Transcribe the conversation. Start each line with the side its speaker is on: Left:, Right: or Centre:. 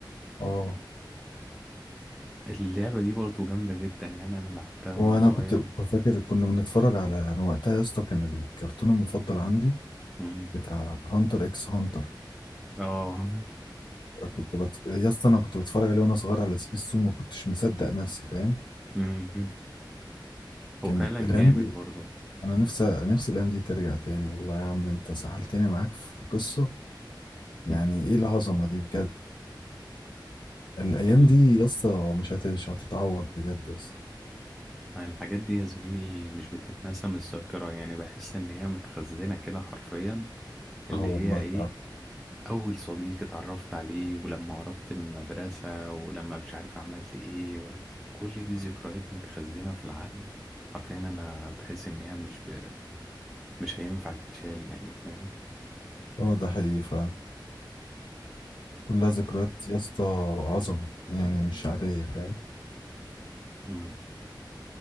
Left: اه
Centre: اللعبة دي برضو جامدة جدا يعني أنا لعبتها وأنا
Left: وانا
Centre: صغير
Left: كنت فاكر كنا بنتفرج على انا وقتها يا اسطى كان الكرتون المفضل عندي
Centre: مم.
Left: بتاع هانتر اكس هانتر
Centre: اه
Left: كنت بت... يا اسطى انا كنت بتفرج عليه وانا صغير على سبيستون ما كنتش مصدق نفسي فاهم
Centre: مم. وفعلا
Left: كانت الايام
Centre: جامد
Left: دي
Centre: برضو
Left: انا نفسي نفسي الايام دي ترجع تاني والله يا عم انت سحلتني معاك في قصة
Centre: مم.
Left: يعني ايه العظمة دي بجد الايام
Centre: ال-
Left: دي يا اسطى مش هت- مش هتتعوض بجد يا اسطى
Centre: الحاجات دي يا زميلي مش بتتنسى من الذاكرة يعني بحس إن هي متخزنة كده حرفيا اللي
Left: اه والله
Centre: هي إيه
Left: فعلا
Centre: أول صديق اتعرفت عليه ولما قربت من المدرسة ولما مش عارف عملت إيه ولا كل دي ذكريات متخزنة في العقل حرفيا أنا بحس إن هي مش ب... مش هينفع تتشال يعني فاهم
Left: اه ده حقيقي فعلا كلها ذكريات يا اسطى عظمه يعني مش عاديه فاهم
Centre: مم.